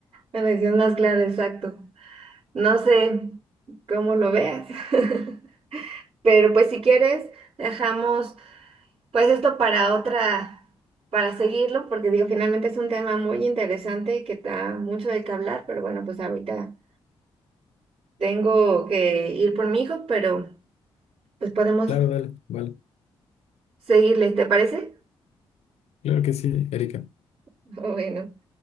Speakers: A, on the right; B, on the left.
A: una decisión más clara, exacto. No sé cómo lo veas. <laughs> Pero pues si quieres, dejamos pues esto para otra, para seguirlo, porque digo, finalmente es un tema muy interesante que da mucho de qué hablar, pero bueno, pues ahorita tengo que ir por mi hijo, pero pues podemos
B: Claro, dale, vale.
A: seguirle, ¿te parece?
B: Claro que sí, Erika.
A: <laughs> Bueno.